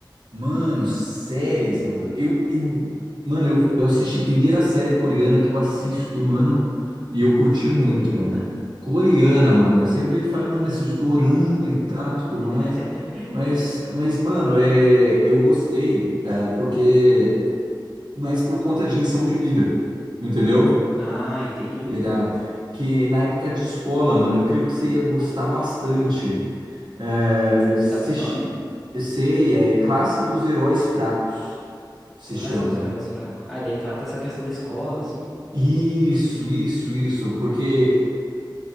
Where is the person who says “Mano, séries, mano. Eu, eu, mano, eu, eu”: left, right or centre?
Right